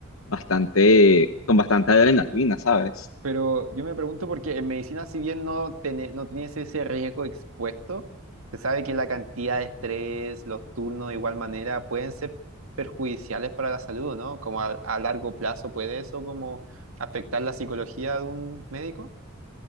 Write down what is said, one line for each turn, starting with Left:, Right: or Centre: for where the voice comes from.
Left: bastante, con bastante adrenalina,
Right: Sí,
Left: ¿sabes?
Right: Pero yo me pregunto porque en medicina, si bien no, tiene- no tienes ese riesgo expuesto, se sabe que la cantidad de estrés, los turnos de igual manera pueden ser perjudiciales para la salud, ¿no? Como a, a largo plazo puede eso como afectar la psicología de un médico.